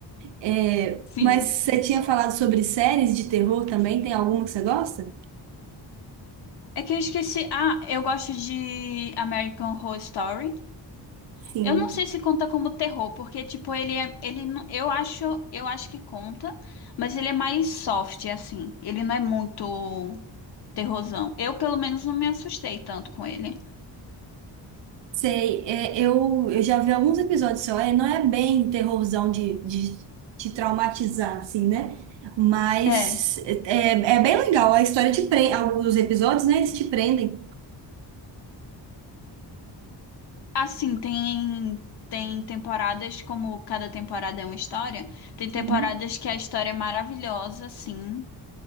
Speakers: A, on the right; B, on the left.
A: É,
B: Sim.
A: mas você tinha falado sobre séries de terror também, tem alguma que você gosta?
B: É que eu esqueci. Ah, eu gosto de American Horror Story.
A: Sim.
B: Eu não sei se conta como terror, porque tipo ele é, ele não- eu acho, eu acho que conta, mas ele é mais soft assim. Ele não é muito terrorzão. Eu pelo menos não me assustei tanto com ele.
A: Sei, é, eu, eu já vi alguns episódios só, é, não é bem terrorzão de, de te traumatizar, assim, né? Mas
B: É,
A: é, é bem legal, a história te prende, alguns episódios, né, eles te prendem.
B: assim, tem tem temporadas como cada temporada é uma história. Tem temporadas
A: Uhum.
B: que a história é maravilhosa, assim,